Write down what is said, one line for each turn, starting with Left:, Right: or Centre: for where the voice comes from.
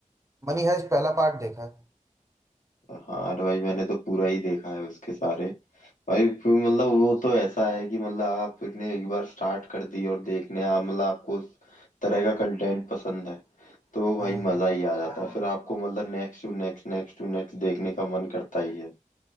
Right: मनी हाइस्ट पहला पार्ट देखा है
Left: हाँ अरे भाई मैंने तो पूरा ही देखा है उसके सारे भाई फिर मतलब वो तो ऐसा है कि मतलब आपने एक बार स्टार्ट कर दी और देखने आप मतलब आपको उस तरह का कंटेंट पसंद है तो भाई
Right: हाँ
Left: मजा ही आ जाता है फिर आपको मतलब next to next next to next देखने का मन करता ही है